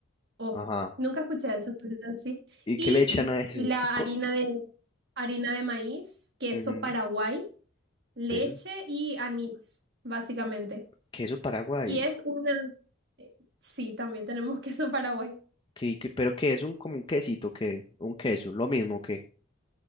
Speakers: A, on the right; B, on the left.
A: Oh,
B: ajá.
A: nunca escuché eso, pero sí.
B: ¿Y
A: Y
B: qué le echan a eso?
A: la
B: Eso es co-
A: harina de harina de maíz, queso
B: ujú,
A: Paraguay, leche
B: Peso,
A: y anís, básicamente.
B: queso Paraguay,
A: Y es una, eh, sí, también tenemos <laughs> queso Paraguay.
B: que, que- pero que es un como un quesito, que un queso, lo mismo que...